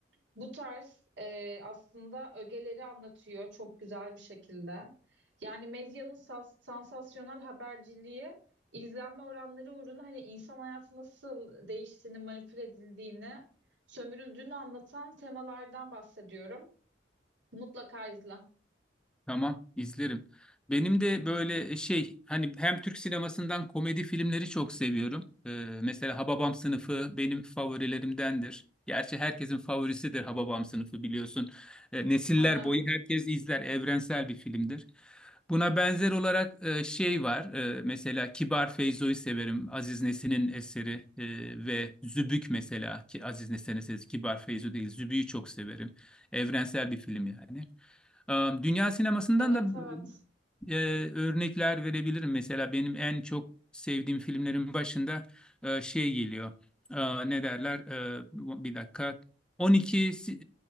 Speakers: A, on the right (about 85°); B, in the centre.
A: bu tarz e, aslında ögeleri anlatıyor çok güzel bir şekilde. Yani medyanın sas- sansasyonel haberciliği izlenme oranları uğruna hani insan hayatı nasıl değiştiğini, manipüle edildiğini, sömürüldüğünü anlatan temalardan bahsediyorum. Mutlaka izle.
B: Tamam, izlerim. Benim de böyle e, şey hani hem Türk sinemasından komedi filmleri çok seviyorum. Ee, mesela Hababam Sınıfı benim favorilerimdendir. Gerçi herkesin favorisidir Hababam Sınıfı biliyorsun. Ee, nesiller
A: Hı hı.
B: boyu herkes izler. Evrensel bir filmdir. Buna benzer olarak e, şey var. E, mesela Kibar Feyzo'yu severim. Aziz Nesin'in eseri e, ve Zübük mesela ki Aziz Nesin'in eseri Kibar Feyzo değil. Zübük'ü çok severim. Evrensel bir film yani. Am, Dünya sinemasından
A: Evet
B: da
A: evet.
B: e, örnekler verebilirim. Mesela benim en çok sevdiğim filmlerin başında e, şey geliyor. E, ne derler? E, bir dakika. 12 si-